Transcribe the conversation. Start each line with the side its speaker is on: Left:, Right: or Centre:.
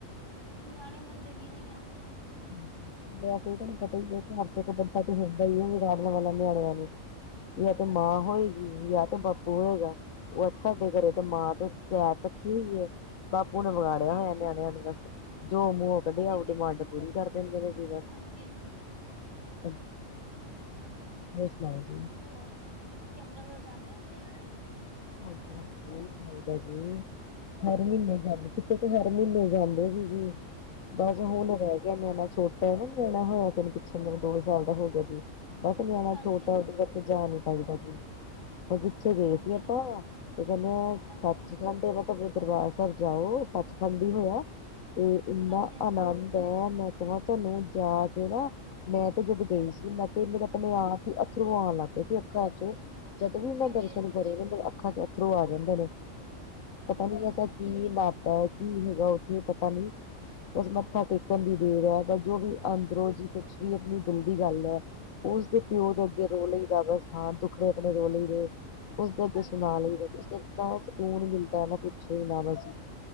Right: ਨਿਆਣੇ ਮੰਨਦੇ ਵੀ ਨੀ ਨਾ।
Left: ਹੂੰ। ਵੈਸੇ ਤੇ ਤੁਹਾਨੂੰ ਪਤਾ ਹੀ ਆ ਹਰ ਜਗਾ ਬੰਦਾ ਤੇ ਹੁੰਦਾ ਹੀ ਆ ਵਿਗਾੜਨ ਵਾਲਾ ਨਿਆਣਿਆਂ ਨੂੰ ਜਾਂ
Right: ਹਾਂਜੀ-ਹਾਂਜੀ,
Left: ਮਾਂ ਹੋਏਗੀ ਜਾਂ ਤੇ ਬਾਪੂ ਹੋਏਗਾ, ਉਹ ਤੇ ਸਾਡੇ ਘਰੇ
Right: ਹਾਂਜੀ,
Left: ਤੇ ਮਾਂ ਤੇ ਕੈਬ ਰੱਖੀ ਹੋਈ ਏ। ਬਾਪੂ ਨੇ ਵਿਗਾੜਿਆ
Right: ਹਾਂਜੀ-ਹਾਂਜੀ,
Left: ਹੋਇਆ ਨਿਆਣਿਆਂ
Right: ਹਾਂਜੀ ਹਾਂਜੀ
Left: ਨੂੰ ਬਸ ਜੋ ਮੂੰਹ ਕਢਿਆਉ
Right: ਹਾਂਜੀ ਦੇ
Left: ਡਿਮਾਂਡ ਪੂਰੀ ਕਰ ਦਿੰਦੇ ਨੇ ਜੇਵੈ।
Right: ਹਾਂਜੀ-ਹਾਂਜੀ,
Left: <unintelligible> ਹੋਰ ਸੁਣਾਓ ਜੀ?
Right: ਹੋਰ ਤੁਸੀਂ ਅੰਮ੍ਰਿਤਸਰ ਜਾਂਦੇ ਹੋ ਸੀ।
Left: ਹਾਂਜੀ-ਹਾਂਜੀ ਬਦਾ ਜੀ ਹਰ ਮੀਨੇ ਗੱਲ ਜਾਨੀ ਪਿਛੇ ਤਾਂ ਹਰ ਮਹੀਨੇ ਜਾਂਦੇ ਸੀ ਜ ਬਸ ਹੁਣ ਰਹਿ ਗਿਆ ਮੀਨਾ ਛੋਟਾ ਹੀ ਨਾ ਮਣਾ ਹੋਏਆ ਫਨ ਪਿੱਛੇ ਦੇਨ ਦੋ ਸਾਲ ਦਾ ਹੋ ਗੇਆ ਜੇ। ਬਸ ਨਿਆਣਾ
Right: ਹਾਂਜੀ-ਹਾਂਜੀ,
Left: ਛੋਟਾ ਇਸ ਕਰਕੇ ਜਾ ਨਹੀਂ ਪਾਈਦਾ, ਜੀ ਅਸੀਂ ਪਿੱਛੇ ਗਏ
Right: ਹਾਂਜੀ।
Left: ਸੀ ਜੀ।
Right: ਹਾਂਜੀ-ਹਾਂਜੀ,
Left: ਇਸਨੇ
Right: ਹਾਂਜੀ-ਹਾਂਜੀ,
Left: ਸੱਚਖੰਡ। ਮਤਲਬ ਦਰਬਾਰ ਸਾਹਿਬ ਜਾਓ, ਸੱਚਖੰਡ ਹੀ ਹੋਇਆ ਤੇ। ਇੰਨਾ
Right: ਹਾਂਜੀ-ਹਾਂਜੀ।
Left: ਆਨੰਦ ਹੈ, ਮੈਂ ਕਿਹਾ ਤੁਹਾਨੂੰ ਜਾ ਕੇ ਨਾ। ਮੈਂ ਤੇ ਜਦੋਂ ਗਈ ਸੀ, ਮੈਂ ਤੇ ਮੇਰਾ ਆਪਣੇ ਆਪ ਹੀ ਅੱਥਰੋਂ ਆਉਣ ਲੱਗ ਪਏ ਸੀ ਅੱਖਾਂ ਚੋਂ। ਜਦੋਂ ਵੀ ਉਹਨਾਂ
Right: ਹਾਂਜੀ-ਹਾਂਜੀ,
Left: ਦੇ ਦਰਸ਼ਨ ਕਰੇ,
Right: ਹਾਂਜੀ-ਹਾਂਜੀ,
Left: ਅੱਖਾਂ ਚੋਂ ਅੱਥਰੋਂ ਆ ਜਾਂਦੇ ਨੇ ਪਤਾ
Right: ਹਾਂਜੀ-ਹਾਂਜੀ।
Left: ਨੀ ਐਸਾ। ਕੀ ਬਾਤ ਹੈ, ਕੀ ਹੈਗਾ ਉੱਥੇ ਪਤਾ ਨੀ ਬਸ ਮੱਥਾ ਟੇਕਣ ਦੀ ਦੇਰ ਹੈ। ਜੋ ਵੀ ਅੰਦਰੋ ਜੀ ਕੁਛ ਵੀ ਆਪਣੀ ਦਿਲ ਦੀ ਗੱਲ ਐ, ਓਸਦੇ ਪਿਓ ਦੇ ਅੱਗੇ ਰੋ ਲਈਦਾ ਬਸ। ਹਾਂ ਦੁੱਖੜੇ ਆਪਣੇ ਰੋ ਲਈਦੇ, ਓਸਦੇ ਅਗੇ
Right: ਹਾਂਜੀ-ਹਾਂਜੀ, ਹਾਂਜੀ-ਹਾਂਜੀ,
Left: ਨਾ ਸਕੂਨ ਮਿਲਦਾ ਪੁੱਛੋ ਈ ਨਾ ਵਸੀ